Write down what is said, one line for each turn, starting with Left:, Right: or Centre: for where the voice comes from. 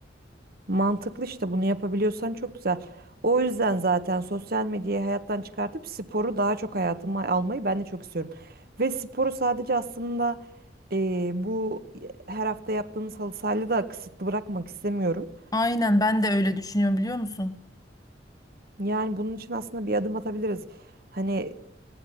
Right: Mantıklı işte bunu yapabiliyorsan çok güzel. O yüzden zaten sosyal medyayı hayattan çıkartıp sporu daha çok hayatıma almayı ben de çok istiyorum. Ve sporu sadece aslında e, bu her hafta yaptığımız halı sahayla da kısıtlı bırakmak istemiyorum.
Left: Aynen ben de öyle düşünüyorum biliyor musun?
Right: Yani bunun için aslında bir adım atabiliriz. Hani